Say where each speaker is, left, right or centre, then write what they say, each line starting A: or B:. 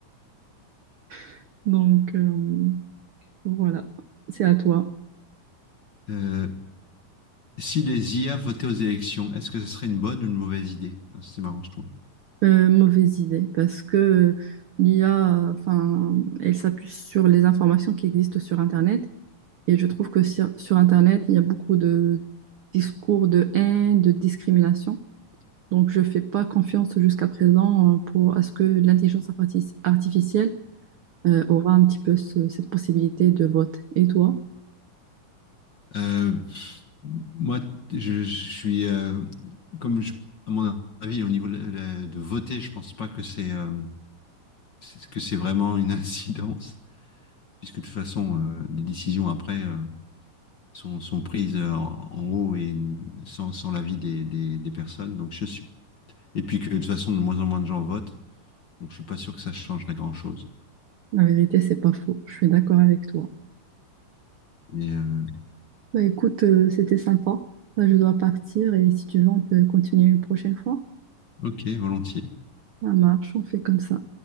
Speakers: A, on the right (about 75°); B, on the left (about 45°).
A: <laughs> Donc euh, voilà, c'est à toi.
B: Euh, si les IA votaient aux élections, est-ce que ce serait une bonne ou une mauvaise idée? Ah, C'est marrant, je trouve.
A: Euh, mauvaise idée, parce que l'IA, euh, enfin, elle s'appuie sur les informations qui existent sur Internet. Et je trouve que sur, sur Internet, il y a beaucoup de discours de haine, de discrimination. Donc, je ne fais pas confiance jusqu'à présent euh, pour à ce que l'intelligence artifici- artificielle euh, aura un petit peu ce- cette possibilité de vote. Et toi?
B: Euh, moi, je, je suis, euh, comme je- à mon avis, au niveau de, la- de voter, je pense pas que c'est euh, c'est- que c'est vraiment une <laughs> incidence, puisque de toute façon, euh, les décisions après euh, sont, sont prises euh, en, en haut et sans, sans l'avis des, des, des personnes. Donc je suis, et puis que de toute façon, de moins en moins de gens votent, donc je suis pas sûr que ça changerait grand-chose.
A: La vérité, c'est pas faux. Je suis d'accord avec toi.
B: Mais euh,
A: Bah, écoute, euh, c'était sympa. Là, je dois partir et si tu veux, on peut continuer une prochaine fois.
B: ok, volontiers.
A: Ça marche, on fait comme ça.